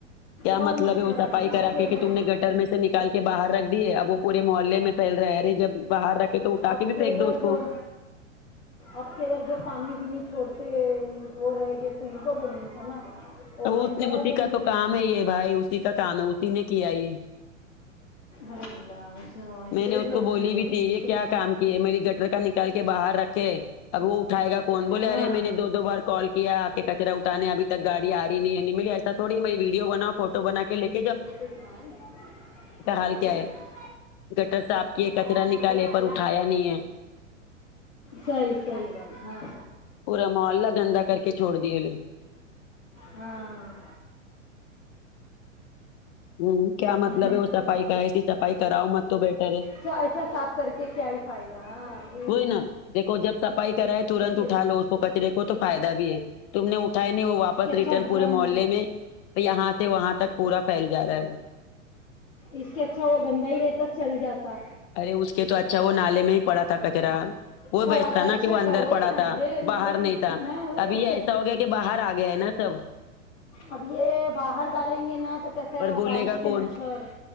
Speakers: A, on the left; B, on the left.
A: کیا
B: اور
A: مطلب
B: مچھر
A: ہے وہ صفائی
B: آئیں گے
A: کرا
B: آپ
A: کے
B: ادھر
A: کہ تم نے گٹر گھر میں سے نکال کے باہر رکھ دیے اب وہ پورے محلے میں پھیل رہے ہے ارے جب باہر رکھ تو اٹھا
B: آپ
A: کے بھی پھینیک
B: ادھر
A: دو اس کو
B: جو آپ کے ادھر جو پانی بینی چھوڑتے وہ رہ گئے تو ان کو بولنا تھا نا وہ
A: تو
B: بھائی
A: اس
B: کرا
A: نے اسی
B: دیں
A: کا
B: گے
A: تو کام ہے یہ بھائی اسی کا کام ہے اسی نے کیا یہ
B: ارے اللہ اس ایسے
A: میں نے اس
B: لوگ
A: کو بولی
B: بھی ہے
A: تھی یہ
B: چھی۔
A: کیا کام کیہ ہے میری گٹر کا نکال کے باہر رکھے اب وہ اٹھائے گا کون بولے
B: ہاں
A: ارے میں نے دو دو بار کال کیا کہ کچر اٹھانے اھی تک گاڑی رہی نہیں ہے ملے ایسا تھوڑی می ویڈیو بناؤ فوٹو بنا کے لیک
B: <inaudible>
A: حال کیا ہے گٹر سےا آپ کی یہ
B: ہاں
A: کچرا نکالے
B: لا
A: پر اٹھایا
B: لا
A: نہیں ہے
B: صحیح صحیح بات ہاں
A: پورا محلہ گندا کر کے چھوڑ دیے لے
B: ہاں
A: ہوں کیا مطلب
B: ہاں
A: ہے وہ صفائی کا ایی صفائی کراؤ مت تو بیٹر ہے
B: توہ ایسا صاف کر کے کیا ہی فائدہ ہ
A: وہ ہی نا دیکھو جب صفائی کرائے ترنت
B: اس کے
A: اٹھا لو اس کو کچرے کو تو فائدہ بھی ہے تم نے اٹھائے نہیں وہ واپس
B: کے اچھا
A: ریٹرن پورے
B: گن
A: محلے میں تو یہاں سے وہاں تک پورا پھیل جا رہا ہے وہ
B: اس سے اچھا وہ گندا ہی رہتا چل جاتا
A: ارے اس کے تو اچھا وہ نالے میں ہی پڑا تھا کچرا وہ ہی
B: پڑا
A: بیسٹ تھا
B: تو اچھا
A: نا کہ وہ اندر
B: تھا وہی
A: پڑا
B: نا
A: تھا
B: پھر
A: باہر
B: وہی
A: نہیں تھا
B: ہاں وہی
A: ابھی
B: اچھا
A: یہ ایسا
B: تھا
A: ہو گیا کہ باہر آ گیا ہے نا سب
B: اب یہ باہر ڈالیں گے نا تو کیسا
A: پر بولے
B: بارش
A: گا
B: کے
A: کون
B: مچھر